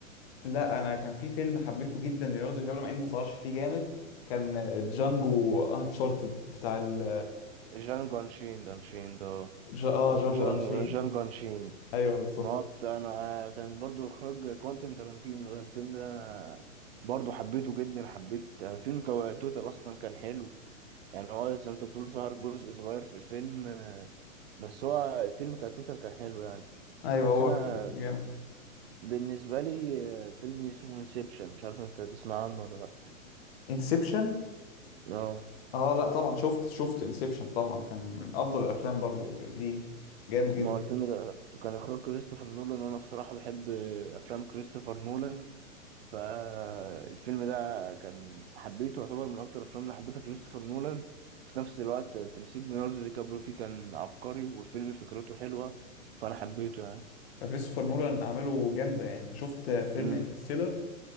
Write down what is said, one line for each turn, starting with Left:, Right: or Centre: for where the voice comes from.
Left: لا انا كان في فيلم حبيته جدا ليوناردو دي كابريو مع انه ما ظهرش فيه جامد كان جانجو انشارتد بتاع ال
Right: جانجو انشيند انشيند اه
Left: جا... اه
Right: اسمه
Left: جانجو
Right: جانجو
Left: انشين
Right: جانجو انشيند
Left: ايوه بالظبط
Right: ما هو بتاع انا كان برضو اخراج كوانتين تارانتينو ده الفيلم ده انا برضو حبيته جدا حبيت الفيلم كو- توتال اصلا كان حلو يعني هو زي ما انت بتقول ظهر جزء صغير في الفيلم آه، بس هو الفيلم كتوتال كان حلو يعني
Left: ايوه
Right: بس
Left: هو
Right: انا
Left: فيلم جامد
Right: بالنسبة لي آه، فيلم اسمه انسبشن مش عارف انت تسمع عنه ولا
Left: انسبشن
Right: لأ اه
Left: اه لا طبعا شفت شفت انسبشن طبعا كان من افضل الافلام برضو ليه جامد جدا
Right: ما هو الفيلم ده كان إخراج كريستوفر نولان وأنا بصراحة بحب آه، أفلام كريستوفر نولان فالفيلم ده كان حبيته يعتبر من أكتر الأفلام اللي حبيتها كريستوفر نولان في نفس الوقت تمثيل ليوناردو دي كابريو فيه كان عبقري والفيلم فكرته حلوة فأنا حبيته يعني
Left: كريستوفر نولان اعماله جامده يعني انت شفت فيلم
Right: امم
Left: انترستيلر